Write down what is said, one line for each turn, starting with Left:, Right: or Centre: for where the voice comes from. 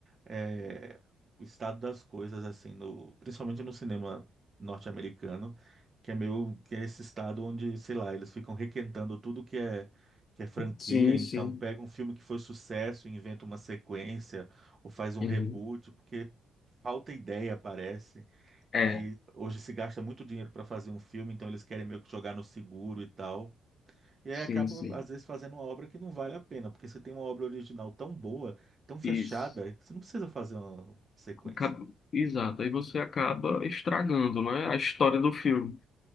Right: é, o estado das coisas, assim, no, principalmente no cinema norte-americano, que é meio que é esse estado onde, sei lá, eles ficam requentando tudo que é que é franquia,
Left: Sim,
Right: então
Left: sim.
Right: pega um filme que foi sucesso, e inventa uma sequência ou faz um
Left: Uhum.
Right: reboot, porque falta ideia, parece.
Left: É,
Right: E hoje se gasta muito dinheiro para fazer um filme, então eles querem meio que jogar no seguro e tal. E aí
Left: sim,
Right: acaba,
Left: sim.
Right: às vezes, fazendo uma obra que não vale a pena, porque você tem uma obra original tão boa, tão fechada,
Left: Isso.
Right: que você não precisa fazer uma sequência.
Left: Acab- Exato, aí você acaba estragando, né, a história do filme.